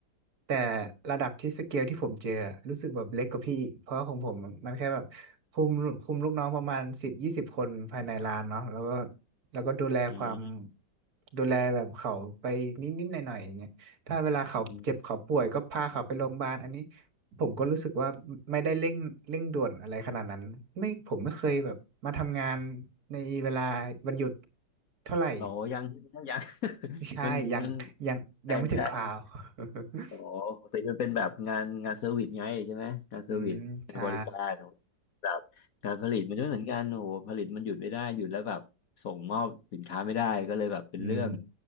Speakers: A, on the right; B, on the left.
A: แต่ระดับที่สเกลที่ผมเจอรู้สึกแบบเล็กกว่าพี่อีกเพราะว่าของผมมันแค่แบบคุมคุมลูกน้องประมาณสิบยี่สิบคนภายในร้านเนาะแล้วก็แล้วก็ดูแลความ
B: ำอืม
A: ดูแลแบบเขาไปนิดนิดหน่อยหน่อยๆอย่างเงี้ยถ้าเวลาเขาเจ็บเขาป่วยก็พาเขาไปโรงพยาบาลอันนี้
B: อืม
A: ผมก็รู้สึกว่าไม่ได้เร่งเร่งด่วนอะไรขนาดนั้นไม่ผมไม่เคยแบบมาทำงานในเวลาวันหยุดเท่าไหร่
B: หรอยัง <laughs> ใช่ไหมยัง <laughs>
A: ไม่ใช่ยังยังยังไม่ถึงคราว
B: มันมันใช่ใช่ อ๋อปกติมันเป็นแบบงานงานเซอร์วิสไงใช่ไหมงานเซอร์วิสงานบริการขง
A: <laughs> อืมใช่
B: แบบการผลิตมันไม่เหมือนกันโอ้โหผลิตมันหยุดไม่ได้หยุดแล้วแบบส่งมอบสินค้าไม่ได้ก็เลยแบบเป็นเรื่อง
A: อืม